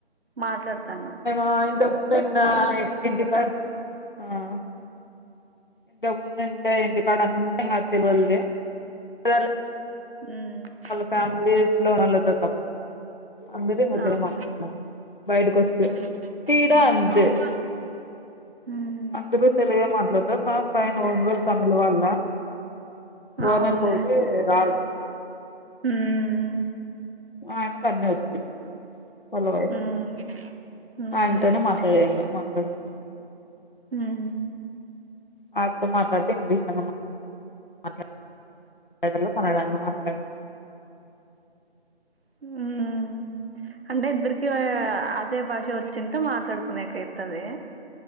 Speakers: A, on the right; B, on the left.
A: మాట్లాడ్తానా
B: ఆ ఇంత ముందున్న ఇంటికా ఆ ఇంత ముందుందే ఇంటి కాడ అంత ఆప్పిగొల్లే <inaudible>
A: ఉమ్,
B: వాళ్ళ ఫ్యామిలీస్లో నళ్ళతోక అందరు మంచిగానే తరేమాట్లాడ్తం
A: అవును
B: బయ్టికొస్తే
A: ఉమ్,
B: తీర అంతే
A: అవును ఉమ్,
B: అందరు తెలుగే మాట్లాడ్తారు పైన వాళు తమిళ్ వాళ్ళ ఓనార్
A: అవునులే
B: కొడుకే రాజు
A: ఉమ్
B: ఆయన కన్ని ఒచ్చు వళ్ళ వైఫ్
A: ఉమ్, అవునులే
B: ఆయనతోనే మ ధైర్యంగా మట్లాడ్ది
A: ఉమ్
B: వాటితో మాట్లాడితే ఇంగ్లీష్ <unintelligible> లేదా కన్నడన్నా మాట్లాడాలి
A: ఉహ్ అంటే ఇద్దర్కి అదే భాష ఒచ్చుంటే మాట్లాడ్కునేకైతది